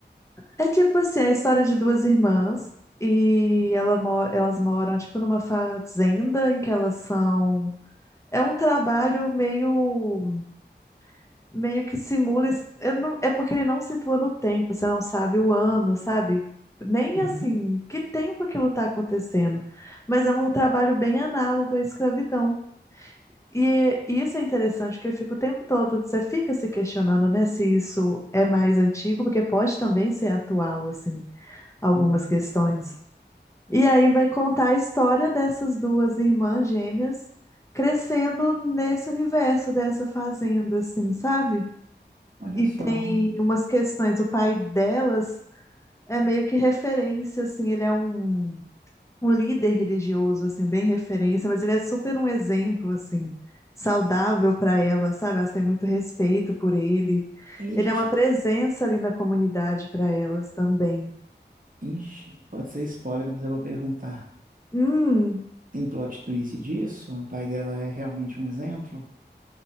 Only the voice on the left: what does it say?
É tipo assim, a história de duas irmãs e ela, mo- elas moram tipo numa fazenda em que elas são. É um trabalho meio meio que simula. es- Eu não, é porque ele não situa no tempo, você não sabe o ano, sabe? Nem
assim, que tempo aquilo está acontecendo. Mas é um trabalho bem análogo à escravidão. E, e isso é interessante, porque ele fica o tempo todo, você fica se questionando, né, se isso é mais antigo, porque pode também ser atual, assim, algumas
questões.
E aí vai contar a história dessas duas irmãs gêmeas crescendo nesse universo dessa fazenda, assim, sabe?
E
tem umas questões. O pai delas é meio que referência, assim, ele é um, um líder religioso, assim, bem referência, mas ele é super um exemplo, assim, saudável para elas, sabe? Elas têm muito respeito por ele.
Ele é uma presença ali na comunidade para elas também.
Hum.